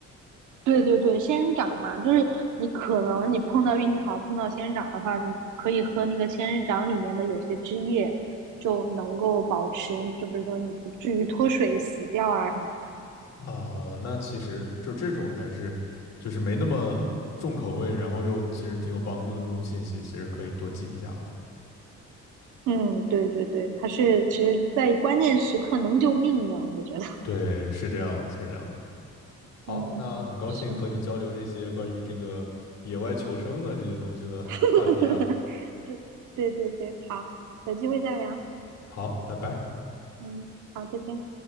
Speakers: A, on the right; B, on the left.
A: 对对对，仙人掌嘛，就是你可能你碰到运气好，碰到仙人掌的话，你可以喝那个仙人掌里面的有些汁液，就能够保持，就比如说你不至于脱水死掉啊什么的。
B: 啊，那其实就这种还是就是没那么重口味，然后又其实挺有帮助的这种信息，其实可以多记一下哈。
A: 嗯，对对对，它是其实在关键时刻能救命的，我觉得。
B: 对，是这样子，是这样的。好，
A: 嗯，
B: 那很高兴和你交流这些关于这个野外求生的这些东西的话题啊。
A: 是，<laughs> 对对对对，好，有机会再聊。
B: 好，拜拜。
A: 嗯，好，再见。